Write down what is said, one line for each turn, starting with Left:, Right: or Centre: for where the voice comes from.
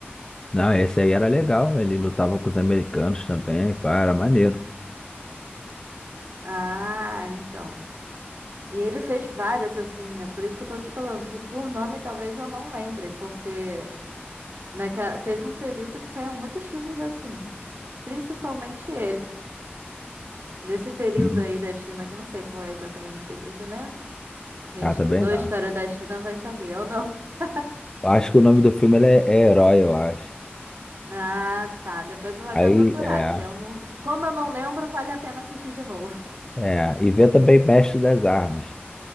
Left: Não, esse aí era legal. Ele lutava com os americanos também. Pá, era maneiro.
Right: Ah, então. E ele fez várias assim, né? Por isso que eu tô te falando que por nome talvez eu não lembre, porque naquela... teve um período que saíram muitos filmes assim, principalmente ele. Nesse período
Left: Uhum.
Right: aí da China, que eu não sei qual é exatamente o período, né? Quem
Left: Ah,
Right: estudou
Left: também
Right: a
Left: não.
Right: história da China vai saber, eu não. <laughs>
Left: Eu acho que o nome do filme ele é, é Herói, eu acho.
Right: Ah, tá. Depois eu vou
Left: Aí,
Right: até procurar.
Left: é.
Right: Se eu não... Como eu não lembro, vale a pena assistir de novo. <laughs>
Left: É, e vê também Mestre das Armas.